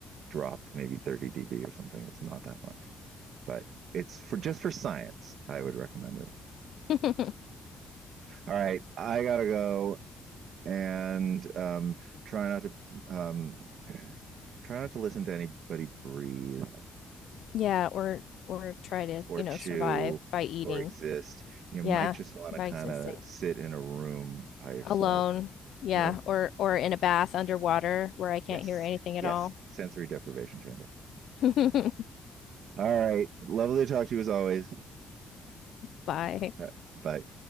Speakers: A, on the right; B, on the left.
A: drop maybe 30 dB or something. It's not that much. But it's for just for science. I would recommend it.
B: <laughs>
A: All right, I got to go and um try not to um <sighs> try not to listen to anybody breathe
B: Yeah, or or try to,
A: or
B: you
A: chew
B: know, survive by eating.
A: or exist. You
B: Yeah,
A: might just want
B: by
A: to kind
B: existing.
A: of sit in a room by yourself.
B: Alone, yeah,
A: No.
B: or or in a bath underwater where I can't
A: Yes.
B: hear anything at
A: Yes.
B: all.
A: Sensory deprivation chamber.
B: <laughs>
A: All right. Lovely to talk to you as always.
B: Bye.
A: All right. Bye.